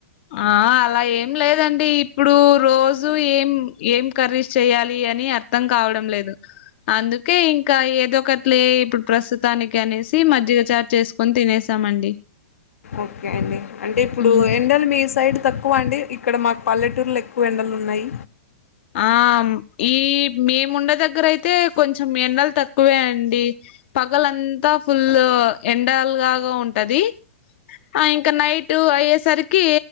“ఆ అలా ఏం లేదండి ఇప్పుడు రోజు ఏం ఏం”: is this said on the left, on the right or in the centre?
Left